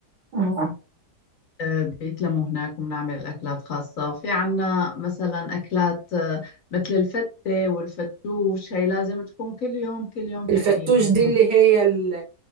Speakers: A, on the right; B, on the left.
A: اه
B: آه، بيتلموا هناك وبنعمل أكلات خاصة في عنا مثلا أكلات آه، مثل الفتة والفتوش هي لازم تكون كل يوم كل يوم تقريبا
A: الفتوش
B: برمضان
A: دي اللي هي ال-